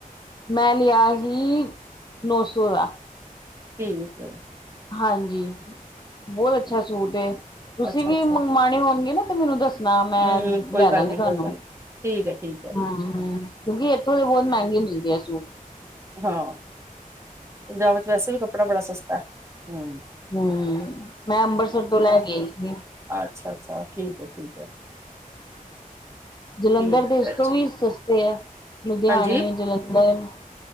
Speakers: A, on the left; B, on the right.
A: ਮੈਂ ਲਿਆ ਸੀ ਨੌ ਸੌ ਦਾ
B: ਠੀਕ ਏ
A: ਹਾਂਜੀ ਬਹੁਤ ਅੱਛਾ
B: ਠੀਕ।
A: ਸੂਟ ਏ ਤੁਸੀਂ
B: ਅੱਛਾ
A: ਵੀ
B: ਅੱਛਾ
A: ਮੰਗਵਾਂਣੇ ਹੋਣਗੇ ਨਾ ਤੇ ਮੈਨੂੰ ਦੱਸ ਸਣਾ ਮੈਂ
B: ਹਮ ਕੋਈ
A: ਲਿਆਦਾਂਗੀ
B: ਗੱਲ ਨੀ
A: ਤੁਹਾਂਨੂੰ।
B: ਕੋਈ ਗੱਲ ਨੀ ਠੀਕ ਏਂ ਠੀਕ ਏਂ।
A: ਹੂੰ ਕਿਉਂਕਿ ਇੱਥੋਂ ਵੀ ਬਹੁਤ ਮਹਿੰਗੀ ਮਿਲ਼ਦੇ ਆ ਸ਼ੂਟ।
B: ਹਾਂ ਪੰਜਾਬ ਚ ਵੈਸੇ ਵੀ ਕੱਪੜਾਂ ਬੜਾ ਸਸਤਾ ਹੈਂ।
A: ਹੂੰ ਮੈਂ ਅੰਬਰਸਰ ਤੋਂ ਲ਼ੈ ਕੇ ਆਈਂ ਹੀ ਆ
B: ਅੱਛਾ ਅੱਛਾ। ਠੀਕ ਹੈਂ ਠੀਕ ਹੈਂ।
A: ਜਲ਼ੰਧਰ
B: ਠੀਕ
A: ਦੇ ਇਸ
B: ਹੈ
A: ਤੋਂ
B: ਜੀ।
A: ਵੀ ਸਸਤੇ ਹੈਂ। ਲੁਧਿਆਣੇਂ
B: ਹਾਂਜੀ,
A: ਜਲ਼ੰਧਰ।